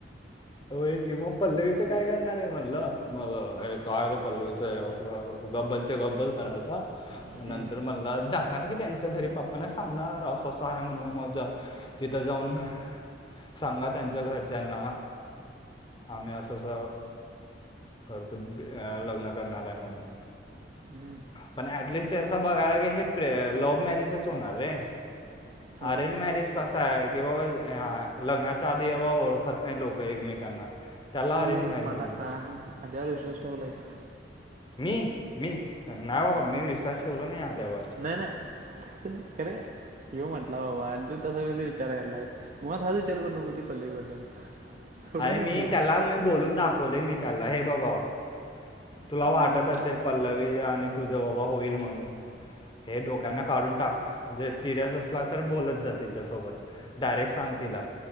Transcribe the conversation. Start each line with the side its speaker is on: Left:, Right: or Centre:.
Left: होईच की मग पल्लवीचं काय करणार आहे म्हणलं, मग ये काय आहे रे पल्लवी च असलं गप बस की गप बस म्हणालता
Right: हम्म,
Left: मग नंतर म्हणला जाणार की त्यांच्या घरी, पप्पांना सांगणार असं असं आहे म्हणून माझ तिथं जाऊन, सांगा त्यांच्या घरच्यांना, आम्ही असं असं करत, लग्न करणार आहे म्हणून.
Right: हम्म,
Left: पण ऍटलिस्ट त्यांच बघायला हे लव्ह मॅरीजच होणार रे.
Right: <unintelligible>
Left: अरेंज मॅरेज कसं आहे की, बाबा लग्नाच्या आधी बाबा ओळखत नाही लोकं एकमेकांना. त्याला अरेंज
Right: तू
Left: मॅरेज
Right: मला
Left: म्हणतात
Right: सांग आद्यावर विश्वास ठेवलायस?
Left: मी मी नाही बाबा मी विश्वास ठेवला नाही आद्यावर.
Right: नाही नाही तसं नाही रे, येऊ म्हटला बाबा आणि तू तसं कसं विचार करायलायस. मुळात हा विचार करू नकोस ती पल्लवीबद्दल. सोडूनच
Left: अरे मी
Right: दे
Left: त्याला मी बोलून दाखवलय मी त्याला हे बघ भावा,
Right: हम्म,
Left: तुला वाटत असेल पल्लवीच आणि तुझ बाबा होईल म्हणून, हे डोक्यातन काढून टाक, जर सिरियस असला तर बोलत जा तिच्यासोबत. डायरेक्ट सांग तिला,